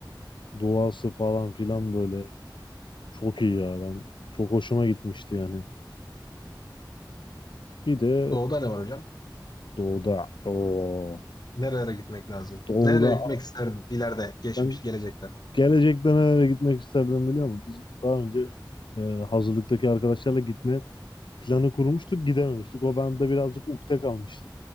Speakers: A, on the left (about 80°); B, on the left (about 55°).
A: Doğası falan filan böyle. Çok iyi ya ben. Çok hoşuma gitmişti yani. Bir de
B: Doğuda ne var hocam?
A: doğuda. o
B: Nerelere gitmek lazım?
A: doğuda.
B: Nereye gitmek isterdim ileride, geçmiş,
A: Ben
B: gelecekte?
A: gelecekte nereye gitmek isterdim biliyor musun? Biz daha önce e, hazırlıktaki arkadaşlarla gitme planı kurmuştuk. Gidememiştik. O bende birazcık ukde kalmıştı.